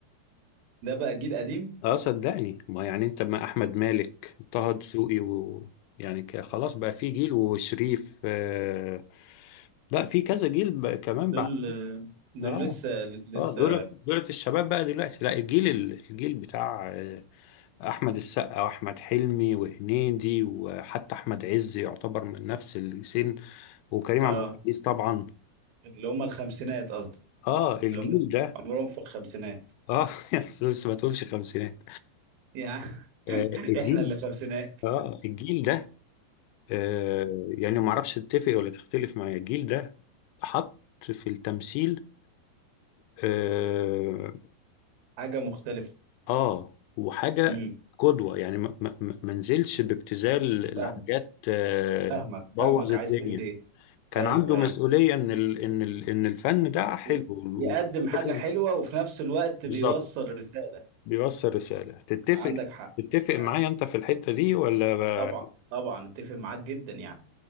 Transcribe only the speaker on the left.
اه صدقني ما يعني انت ما احمد مالك طه دسوقي و يعني ك- خلاص بقى في جيل وشريف آه لا في كذا جيل بقى كمان
بعد
اه
اه دول دول الشباب بقى دلوقتي لا الجيل ال- الجيل بتاع آه، احمد السقا واحمد حلمي وهنيدي وحتى احمد عز يعتبر من نفس السن وكريم
عبد العزيز طبعا
اه الجيل
ده
اه <laughs> بس ما تقولش خمسينات
آه
الجيل
اه الجيل ده آه، يعني ما اعرفش تتفق ولا تختلف معايا الجيل ده حط في التمثيل اه
آه، وحاجة
قدوة يعني ما ما- ما- ما نزلش بابتذال
لحاجات آه،
بوظ الدنيا
كان
عنده
مسؤولية ان ال ان ال ان الفن ده حلو
ولازم
بالظبط
بيوصل رسالة تتفق
تتفق معايا
انت في الحتة دي ولا